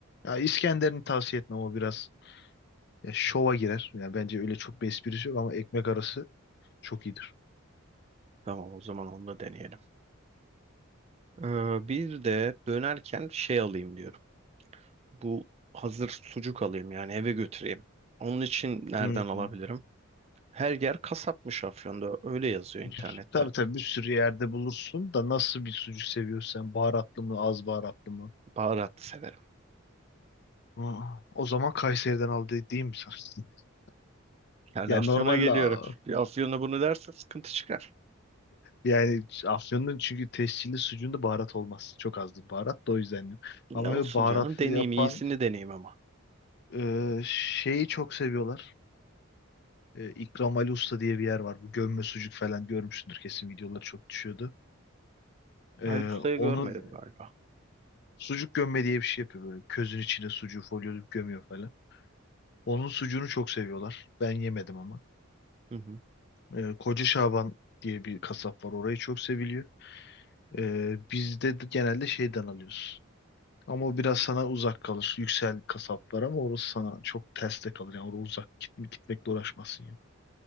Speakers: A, on the left; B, on the right.
A: Ya İskender'ini tavsiye etmem o biraz ya şova girer. Yani bence öyle çok bir esprisi yok ama ekmek arası çok iyidir.
B: tamam o zaman onu da deneyelim. Ee, bir de dönerken şey alayım diyorum. Bu hazır sucuk alayım yani eve götüreyim. Onun için nereden
A: Hmm.
B: alabilirim? Her yer kasapmış Afyon'da. Öyle yazıyor internette.
A: Bir- Tabii tabii bir sürü yerde bulursun da nasıl bir sucuk seviyorsun sen? Baharatlı mı az baharatlı mı?
B: Baharatlı severim.
A: Aa, O zaman Kayseri'den aldı değil mi sen? <laughs>
B: Yani
A: Yani
B: Afyon'a
A: normalde
B: geliyorum.
A: aa,
B: Bir Afyon'a bunu derse sıkıntı çıkar.
A: yani Afyon'un çünkü tescilli sucuğunda baharat olmaz. Çok azdır baharat da o yüzden diyorum.
B: Ne
A: Ama
B: olsun
A: böyle baharatlı
B: canım deneyeyim.
A: yapan
B: iyisini deneyeyim ama.
A: e, şeyi çok seviyorlar. E, İkram Ali Usta diye bir yer var. Bu gömme sucuk falan görmüşsündür kesin videoları çok düşüyordu. E,
B: Ali Usta'yı
A: onun
B: görmedim galiba.
A: sucuk gömme diye bir şey yapıyor böyle. Közün içine sucuğu folyolup gömüyor falan. Onun sucuğunu çok seviyorlar. Ben yemedim ama.
B: Hı hı.
A: E, Koca Şaban diye bir kasap var. Orayı çok seviliyor. Ee, biz de genelde şeyden alıyoruz. Ama o biraz sana uzak kalır. Yüksel kasaplar ama orası sana çok ters de kalır. Yani oraya uzak git- gitmekle uğraşmazsın yani.